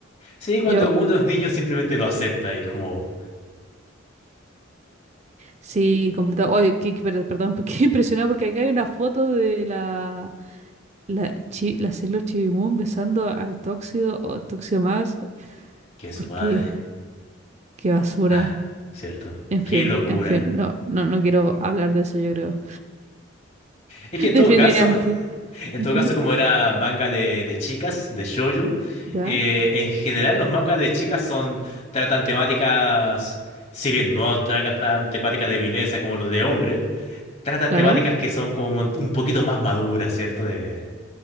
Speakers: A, on the left; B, on the right.
A: Sí, cuando
B: Yo,
A: uno es niño simplemente lo acepta y como
B: sí, completo. Oye, qué- qué- per- perdón, <laughs> Qué impresionado porque acá hay una foto de la, la, chi, la Sailor Chibimun besando al Tóxido o Tóxido Max.
A: que es
B: ¿Por
A: su padre.
B: qué? Qué basura.
A: Ah, cierto.
B: En fin,
A: Qué locura.
B: en fin, no, no, no quiero hablar de eso, yo creo.
A: Es
B: <laughs>
A: que en todo
B: Definitivamente.
A: caso, <laughs> en
B: Ujú,
A: todo caso como era manga de, de chicas, de shoujo,
B: ¿Ya?
A: eh, en general los mangas de chicas son, tratan temáticas, si bien no tratan temáticas de violencia como los de hombre, tratan
B: Claro.
A: temáticas que son como un un poquito más maduras, ¿cierto? De,